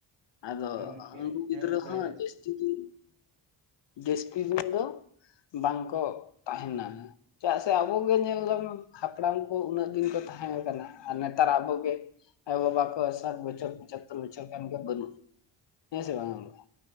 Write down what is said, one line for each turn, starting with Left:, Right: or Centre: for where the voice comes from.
Left: ᱟᱫᱚ
Right: ᱦᱮᱸ ᱦᱮᱸ ᱜᱚᱝᱠᱮ
Left: ᱩᱱᱠᱩ ᱜᱤᱫᱽᱨᱟᱹ
Right: ᱦᱮᱸ ᱜᱚᱝᱠᱮ
Left: ᱦᱚᱸ ᱡᱟᱹᱥ- ᱪᱤᱫᱤᱝ, ᱰᱮᱥᱠᱤ ᱫᱤᱱ ᱫᱚ, ᱵᱟᱝᱠᱚᱜ ᱛᱟᱦᱮᱸᱱᱟ, ᱪᱮᱫᱟᱜ ᱥᱮ ᱟᱵᱚ ᱜᱮ ᱧᱮᱞ ᱫᱚᱝ ᱦᱟᱯᱲᱟᱢ ᱠᱚ ᱩᱱᱟᱹᱜ ᱫᱤᱱ ᱠᱚ ᱛᱟᱦᱮᱸ ᱭᱟᱠᱟᱱᱟ ᱟᱨ ᱱᱮᱛᱟᱨ ᱟᱵᱚᱜᱮ ᱟᱭᱳᱼᱵᱟᱵᱟ ᱠᱚ ᱥᱟᱛ ᱵᱚᱪᱷᱚᱨ ᱯᱚᱪᱷᱟᱛ ᱛᱚᱨ ᱵᱚᱪᱷᱚᱨ ᱠᱷᱟᱱ ᱜᱮ ᱵᱟᱹᱱᱩᱜ, ᱦᱮᱸᱥᱮ ᱵᱟᱝᱼᱟ, ᱜᱚᱝᱠᱮ ᱾